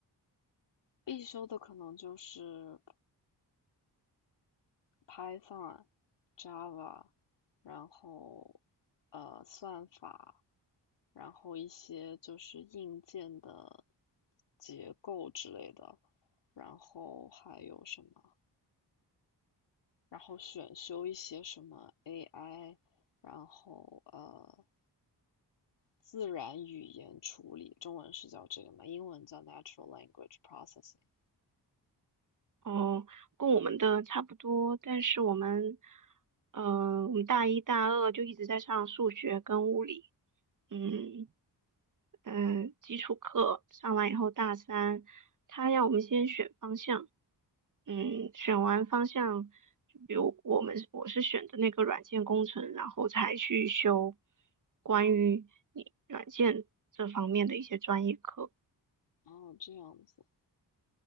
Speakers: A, on the left; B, on the right.
A: 必修的可能就是 Python、Java，然后呃算法，然后一些就是硬件的结构之类的，然后还有什么，然后选修一些什么 AI，然后呃自然语言处理，中文是叫这个嘛，英文叫 Natural Language Processing。
B: 哦，跟我们的差不多，但是我们，呃，我们大一、大二就一直在上数学跟物理，嗯嗯，呃基础课上完以后，大三他让我们先选方向，嗯，选完方向，就比如我们我是选的那个软件工程，然后才去修关于你软件这方面的一些专业课。
A: 哦，这样子